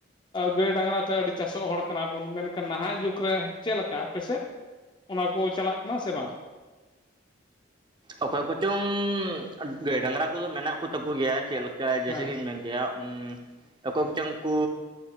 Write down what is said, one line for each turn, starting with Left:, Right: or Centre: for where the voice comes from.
Left: ᱜᱟᱹᱭ ᱰᱟᱝᱨᱟ ᱛᱮ ᱟᱹᱰᱤ ᱪᱟᱥᱚᱜ ᱦᱚᱲ ᱠᱟᱱᱟ ᱵᱚᱱ ᱢᱮᱱᱠᱷᱟᱱ ᱱᱟᱦᱟᱜ ᱡᱩᱜᱽ ᱨᱮ ᱪᱮᱫ ᱞᱮᱠᱟ ᱟᱯᱮ ᱥᱮᱫ ᱚᱱᱟ ᱠᱚ ᱪᱟᱞᱟᱜ ᱠᱟᱱᱟ ᱥᱮ ᱵᱟᱝ?
Right: ᱚᱠᱚᱭ ᱠᱚᱪᱚᱝ ᱜᱟᱹᱭ ᱰᱟᱝᱨᱟ ᱠᱚᱫᱚ ᱢᱮᱱᱟᱜ ᱠᱚᱛᱟᱠᱚ ᱜᱮᱭᱟ ᱪᱮᱫ ᱞᱮᱠᱟ ᱡᱮᱥᱮ
Left: ᱦᱮᱸ
Right: ᱠᱤᱧ ᱢᱮᱱ ᱠᱮᱭᱟ ᱩᱸ ᱚᱠᱚᱭ ᱠᱚᱪᱚᱝ ᱠᱩ